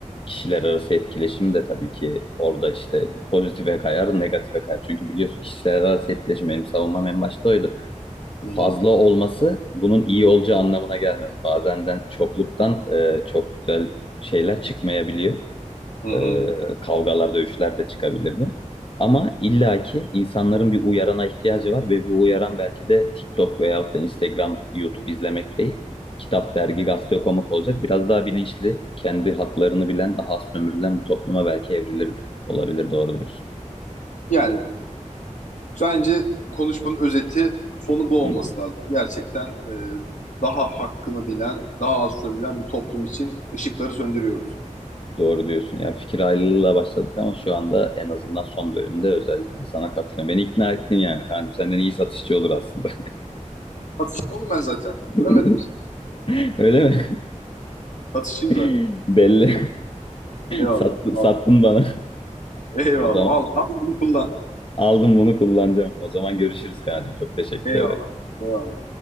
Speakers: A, on the left; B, on the left.
A: kişiler arası etkileşim de tabii ki orada işte pozitife kayar, negatife kayar. Çünkü biliyorsun kişiler arası etkileşim benim savunmam en başta oydu.
B: hı hı,
A: Fazla olması bunun iyi olacağı anlamına gelmez. Bazenden çokluktan e, çok güzel şeyler çıkmayabiliyor.
B: hı hı.
A: Ee, kavgalar, dövüşler de çıkabilirdi. Ama illaki insanların bir uyarana ihtiyacı var ve bu uyaran belki de TikTok veyahut da Instagram, YouTube izlemek değil. Kitap, dergi, gazete okumak olacak. Biraz daha bilinçli, kendi haklarını bilen, daha az sömürülen bir topluma belki evrilirdi. Olabilir, doğru diyorsun.
B: Yani bence konuşmanın özeti sonu bu
A: Hı
B: olması
A: hı.
B: lazım. Gerçekten e, daha hakkını bilen, daha az sömülen bir toplum için ışıkları söndürüyoruz.
A: Doğru diyorsun. Yani fikir ayrılığıyla başladık ama şu anda en azından son bölümde özellikle sana katılıyorum. Beni ikna ettin yani. Kanka senden iyi satışçı olur aslında.
B: Satışım oğlum ben zaten.
A: <laughs>
B: Söylemedim mi?
A: Öyle mi?
B: Satışçıyım
A: <laughs>
B: zaten.
A: Belli.
B: Eyvallah.
A: <laughs> Sattı,
B: Al.
A: sattın bana.
B: Eyvallah.
A: O zaman
B: Al. Al bunu kullan.
A: aldım bunu kullanacağım. O zaman görüşürüz kancım. Çok teşekkür
B: Eyvallah.
A: ederim.
B: Eyvallah.